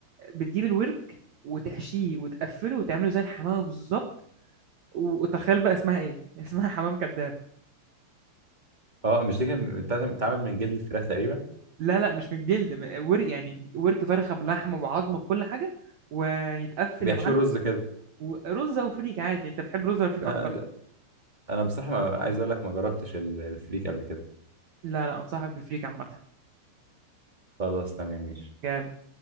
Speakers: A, on the right; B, on the right.
A: بتجيب الورك وتحشيه وتقفله وتعمله زي الحمام بالظبط وتخيل بقى اسمها ايه <laughs> اسمها حمام كذاب
B: اه مش دي كانت بتتعمل من جلد الفراخ تقريبا
A: لا لا مش من الجلد م- ورك يعني ورك فرخه بلحم وبعظم بكل حاجه ويتقفل
B: وبيحشوا
A: يا معلم
B: رز كده
A: ورز او فريك عادي انت بتحب رز ولا فريك
B: آه،
A: اكتر
B: انا بصراحه ما عايز اقول لك ما جربتش ال- الفريك قبل كده
A: لا لا انصحك بالفريك عامه
B: خلاص تمام ماشي
A: جامد